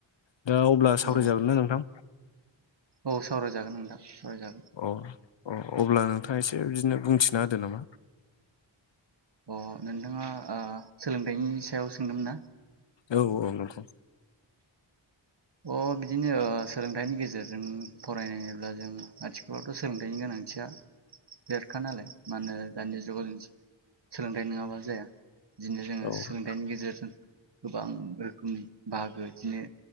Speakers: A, on the left; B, on the right.
A: दा अब्ला सावरायजागोन
B: औ
A: ना नोंथां
B: औ सावरायजागोन नोंथां सावरायजागोन।
A: अ अ अब्ला नोंथाङा एसे बिदिनो बुंथिना होदो नाम
B: अ नोंथाङा सोलोंथाइनि सायाव सोंदोंमोन ना?
A: औ औ नोंथां।
B: अ बिदिनो सोलोंथाइनि गेजेरजों फरायनायब्ला जों आथिखालावथ' सोलोंथाइनि गोनांथिया देरखा नालाय मानो दानि जुगाव जों सोलोंथाइ नङाबा जाया बिदिनो जोङो
A: आंबो
B: सोलोंथाइनि गेजेरजों गोबां रोखोमनि बाहागो बिदिनो